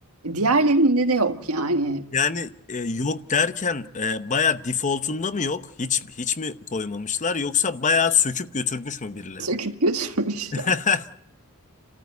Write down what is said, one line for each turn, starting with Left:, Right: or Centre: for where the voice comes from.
Right: Diğerlerinde de yok yani.
Left: Yani e, yok derken e, baya defaultunda mı yok? Hiç hiç mi koymamışlar yoksa baya söküp götürmüş mü birileri?
Right: Söküp götürmüşler.
Left: <laughs>